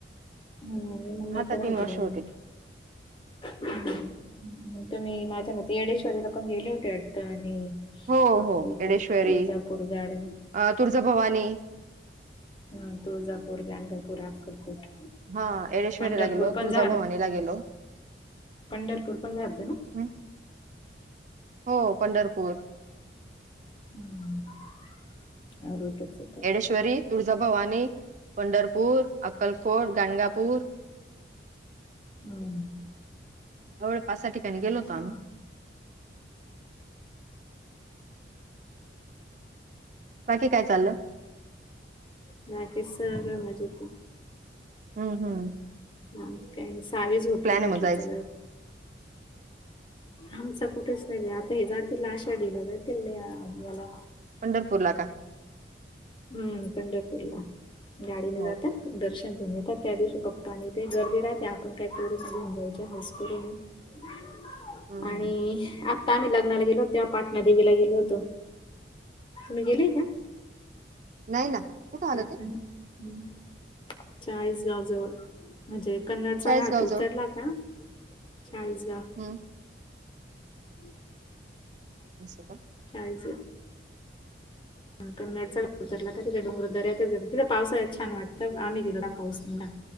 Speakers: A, on the left (about 25°); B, on the right (about 40°).
A: मी मम्मीकडे
B: आता तीन
A: होते
B: वर्ष
A: त्यावेळेस.
B: होतील
A: हम्म हम्म. तुम्ही माझ्या मते येडेश्वरीला पण गेले होते वाटतं आणि
B: हो
A: अक्कलकोट,
B: हो एडेश्वरी
A: तुळजापूर, गाणगा
B: अ तुळजाभवानी
A: हम्म तुळजापूर, गाणगापूर, अक्कलकोट.
B: हा येडेश्वरला
A: पंढरपूर
B: गेलो,
A: पण
B: तुळजाभवानीला
A: झालं
B: गेलो.
A: पंढरपूर पण झालतं ना?
B: हम्म हो पंढरपूर.
A: <inaudible>
B: येडेश्वरी, तुळजाभवानी, पंढरपूर, अक्कलकोट, गाणगापूर
A: हम्म.
B: होय पाच सहा ठिकाणी गेलो होतो
A: छान
B: आम्ही. बाकी काय चाललं?
A: बाकी सगळं मजेत आहे.
B: हम्म हम्म.
A: आज काय मग सावी झोपली म्हटलं
B: आहे मग जायचं?
A: चला आमचा कुठेच नाही बाई आता हे जातील आषाढीला. जातील या याला
B: पंढरपूर ला का?
A: हम्म पंढरपूरला गाडीने
B: हो
A: जातात
B: का?
A: दर्श <unintelligible> पप्पा आणि ते गर्दी राहते आपणं काही काय पोरं घेऊन जायचे हौस करू नये. <unintelligible>
B: हं,
A: आणि
B: हं.
A: आता आम्ही लग्नाला गेलो होतो तेव्हा पाटणादेवीला गेलो होतो. तुम्ही गेलेय का?
B: नाही ना.
A: <unintelligible>
B: कुठं आलं
A: हम्म
B: ते?
A: चाळीस गावजवळ. म्हणजे कन्नडचा
B: चाळीसगावजवळ.
A: घाट उतरला का चाळीस गा.
B: हम्म.
A: <unintelligible>
B: असं का?
A: कायज. पण <unintelligible> उतरला का तिथे डोंगर दऱ्यात आहे. तिथे पावसाळ्यात छान वाटतं. आम्ही गेलो ना पाऊस <unintelligible>